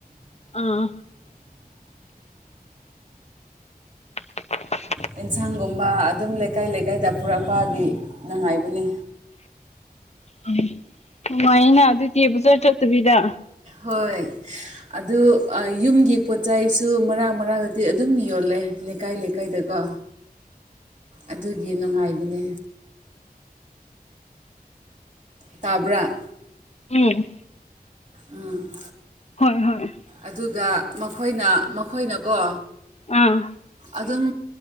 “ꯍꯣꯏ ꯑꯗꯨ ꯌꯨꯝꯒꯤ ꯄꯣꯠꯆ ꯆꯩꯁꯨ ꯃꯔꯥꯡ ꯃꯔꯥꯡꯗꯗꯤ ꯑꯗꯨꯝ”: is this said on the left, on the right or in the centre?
Right